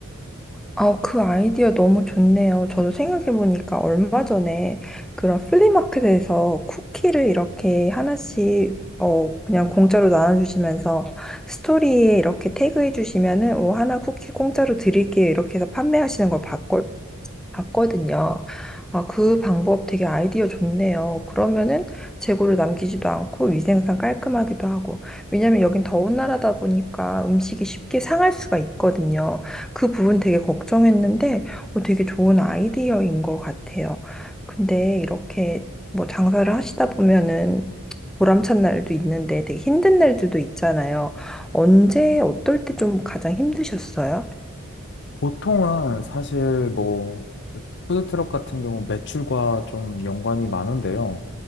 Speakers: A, in the centre; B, on the left.
A: 아, 그 아이디어 너무 좋네요. 저도 생각해보니까 얼마 전에 그런 플리마켓에서 쿠키를 이렇게 하나씩, 어, 그냥 공짜로 나눠주시면서 스토리에 이렇게 태그해주시면은, 뭐, 하나 쿠키 공짜로 드릴게요. 이렇게 해서 판매하시는 걸 봤고, 봤거든요. 아, 그 방법 되게 아이디어 좋네요. 그러면은 재고를 남기지도 않고 위생상 깔끔하기도 하고. 왜냐면 여긴 더운 나라다 보니까 음식이 쉽게 상할 수가 있거든요. 그 부분 되게 걱정했는데 어, 되게 좋은 아이디어인 것 같아요. 근데 이렇게 뭐 장사를 하시다 보면은 보람찬 날도 있는데 되게 힘든 날들도 있잖아요. 언제, 어떨 때 좀 가장 힘드셨어요?
B: 보통은 사실 뭐 푸드트럭 같은 경우 매출과 좀 연관이 많은데요.